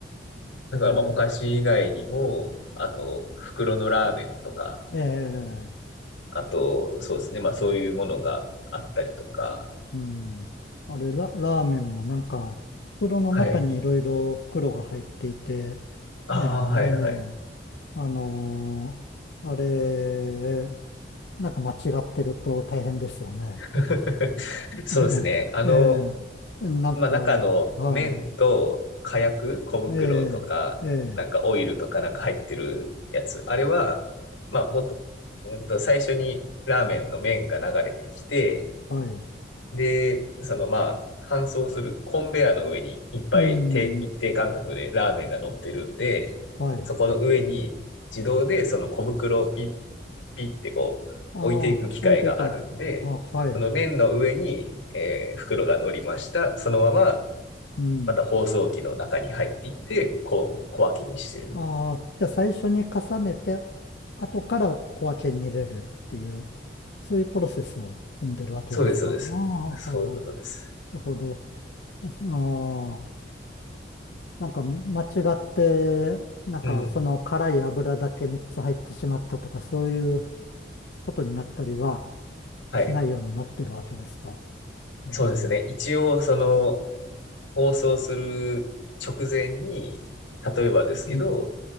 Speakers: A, on the left (about 90°); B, on the left (about 60°).
A: だからまあお菓子以外にも、
B: ええ、
A: あと袋のラーメンとか、
B: ええ、
A: あとそうですね、まあそういうものがあったりとか、
B: うん。あれ、ラ、ラーメンもなんか、袋の中にいろいろ袋が入っていて、
A: はい。ああ、
B: ねえ、
A: はいはい。
B: ええ、あのーあれ、なんか間違ってると大変ですよね。
A: <laughs> そうですね。
B: はいええ、
A: あの、
B: なんか、
A: まあ中の麺と火薬、
B: はい、
A: 小袋とか、
B: ええ、ええ、
A: なんかオイルとかなんか入ってるやつ。あれは、まあもっと、うんと最初にラーメンの麺が流れてきて、
B: はい、
A: で、そのまあ、搬送するコンベヤーの上にいっぱい定一定間隔でラーメンが乗ってるんで、
B: うん、はい。
A: そこの上に自動でその小袋をピッピッってこう置いていく機械があるんで、
B: ああ、置いていくの。あ、はい、
A: その麺の上に、えー袋が乗りました。そのまま
B: うん。
A: また包装機の中に入っていって、こう小分けにしてる。
B: ああ、じゃあ最初に重ねて、後から小分けに入れるっていう、そういうプロセスを踏んでるわけですか。
A: そうです、そうです。
B: ああ、
A: そういうことです。
B: はあはあなるほど。ああ、なんか間違って、なんかその辛い油だけ3つ入ってしまったとか、
A: うん。
B: そういうことになったりは
A: はい。
B: しないようになってるわけですと。う
A: そうですね。一応、その、放送する直前に、例えばですけど、
B: ん。